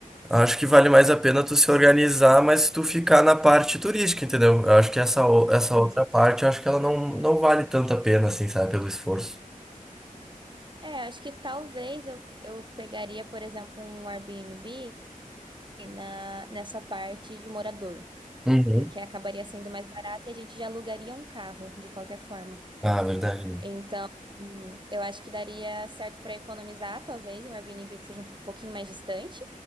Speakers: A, in the centre; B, on the right.
A: Acho que vale mais a pena tu se organizar, mas tu ficar na parte turística, entendeu? Eu acho que essa, o- essa
B: Uhum.
A: outra parte, eu acho que ela não, não vale tanto a pena, assim, sabe? Pelo esforço.
B: É, acho que talvez eu, eu pegaria, por exemplo, um Airbnb na, nessa parte de morador,
A: Uhum.
B: porque acabaria sendo mais barato e a gente já alugaria um carro, de qualquer forma.
A: Ah, verdade, né?
B: Então, hum, eu acho que daria certo para economizar, talvez, um Airbnb que seja um pouquinho mais distante